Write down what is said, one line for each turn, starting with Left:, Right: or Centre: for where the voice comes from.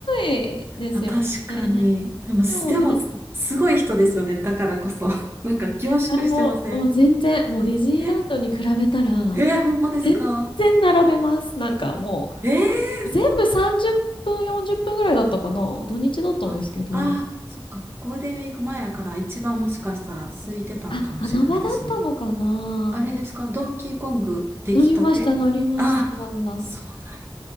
Left: やすいですよね。
Right: あ、確かに。でも、す、
Left: でもね、
Right: でも、すごい人ですよね。だからこそ。<laughs> なんか凝縮してません。
Left: いや、もう、もう全然、もうディズニーランドに比べたら、
Right: え、えー、ほんまですか
Left: 全然並べます。なんかも
Right: ええーそう。
Left: う、全部30分、40分ぐらいだったかな。土日だったんですけど。
Right: あ、あー、そっか。ゴールデンウィーク前やから一番もしかしたら空いてたのかもしれないですね。
Left: あ、穴場だったのかな。
Right: あれですかドンキーコング出来たてああー、
Left: 乗りました、乗りました。
Right: そうなんや